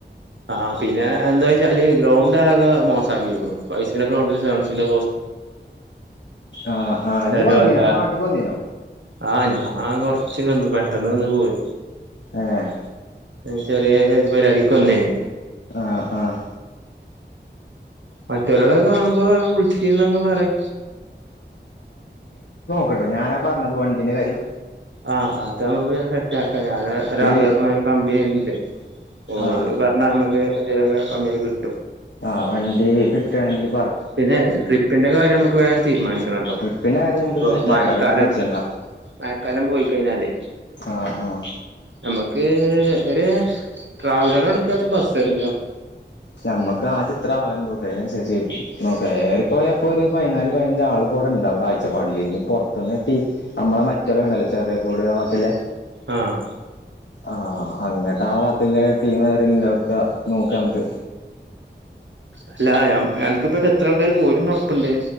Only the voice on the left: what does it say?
ആഹ് ആഹ്
ഇജ്ജ് വന്നീനോ
അപ്പൊ നാട്ട്ക്ക് വന്നീനോ
ഏഹ്
ആഹ് ആഹ്
കെട്ടോ ഞാനാ പറഞ്ഞത് വണ്ടിന്റെ കാര്യം
ഈ
ആഹ്
ആഹ് വണ്ടി കിട്ടാണെങ്കി
ട്രിപ്പിന്റെ കാര്യം നമുക്ക്
സെറ്റ്
ആക്കാം ഇജ്ജ് പേടിച്ചണ്ട
ആഹ് ആഹ്
ഞമ്മക്ക് ആദ്യ എത്ര ആളുണ്ടോക്ക അയിനനുസരിച്ച് നോകാ ഏറിപ്പോയപ്പോരു പതിനാല് പതിനഞ്ച് ആള് പോട ണ്ടാവും കാഴ്ചപ്പാടിലിനി പൊറത്തുനിട്ടി നമ്മളെ മറ്റെല്ലണ്ടല്ലോ ചെറിയക്കൂട്കല്ലെ
ആഹ് അങ്ങട്ട് ആ ഭത്തില്ലെ ടീം <unintelligible> നോക്ക മുക്ക്